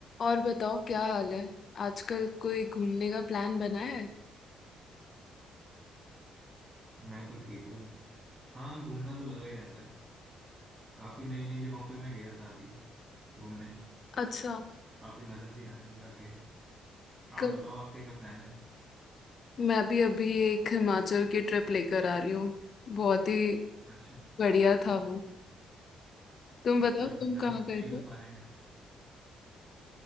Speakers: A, on the left; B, on the right.
A: और बताओ क्या हाल है आजकल कोई घूमने का प्लान बना है
B: मैं तो ठीक हूँ हाँ घूमना तो लगा ही रहता है काफी नई नई जगहों पे मैं गया था अभी घूमने
A: अच्छा
B: काफी मजा भी आया जाके
A: कल
B: आप बताओ आपके क्या प्लान है
A: मैं भी अभी एक हिमाचल की ट्रिप लेकर आ रही हूँ बहुत ही
B: अच्छा
A: बढ़िया था वो तुम
B: अच्छा
A: बताओ तुम
B: जरा
A: कहाँ
B: बताइए
A: गए थे
B: उस बारे में